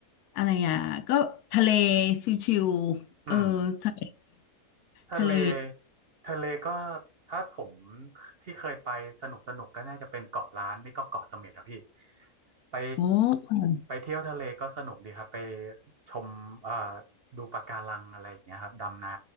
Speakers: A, on the left; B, on the right.
A: อะไรอ่ะก็ทะเลชิวๆเออทะเล
B: อืม ทะเล
A: ทะเล
B: ทะเลก็ถ้าผมที่เคยไปสนุกสนุกก็น่าจะเป็นเกาะล้านไม่ก็เกาะเสม็ดอะพี่ไป
A: โอ้
B: ไปเที่ยวทะเลก็สนุกดีครับไปชมเอ่อดูปะการังอะไรอย่างเงี้ยครับดำน้